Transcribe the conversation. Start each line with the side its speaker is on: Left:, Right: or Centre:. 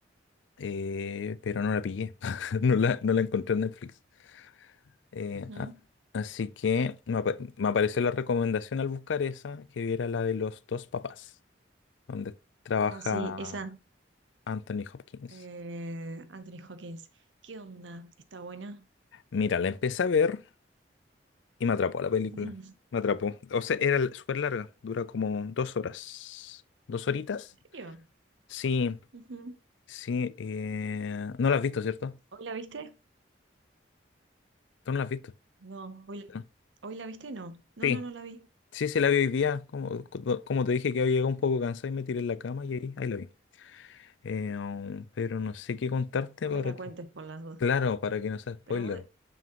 Left: eh, pero no la pillé, <laughs> no la, no la encontré en Netflix. Eh,
Right: Ujú.
Left: ah, así que me, apa- me apareció la recomendación al buscar esa, que viera la de los dos papás, donde trabaja
Right: Ah, sí, esa.
Left: Anthony Hopkins.
Right: eh, Anthony Hawkins. ¿Qué onda? ¿Está buena?
Left: Mira, la empecé a ver. Y me atrapó la película.
Right: <laughs> ¿En
Left: Me atrapó. O sea, era l- súper larga. Dura como dos horas. ¿Dos horitas?
Right: serio?
Left: Sí,
Right: Ujú.
Left: sí. eh, No la has visto, ¿cierto?
Right: ¿Hoy la viste?
Left: Tú no la has visto.
Right: No. ¿Hoy, la-
Left: ¿no?
Right: hoy la viste? No. No,
Left: Sí,
Right: no, no la vi.
Left: sí, sí la vi hoy día. Como, co- como te dije que había llegado un poco cansado y me tiré en la cama y ahí, ahí la vi. Eh, um, pero no sé qué contarte
Right: No
Left: para
Right: me la cuentes
Left: que...
Right: por las dudas.
Left: Claro, para que no sea spoiler.
Right: Pero vos,